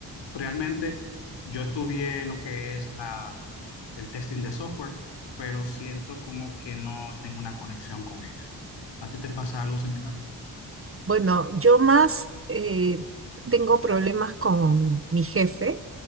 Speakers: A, on the left; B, on the right.
A: realmente yo estudié lo que es la, el testing de software, pero siento como que no tengo una conexión con ella. ¿A ti te pasa algo similar?
B: Bueno, yo más eh, tengo problemas con mi jefe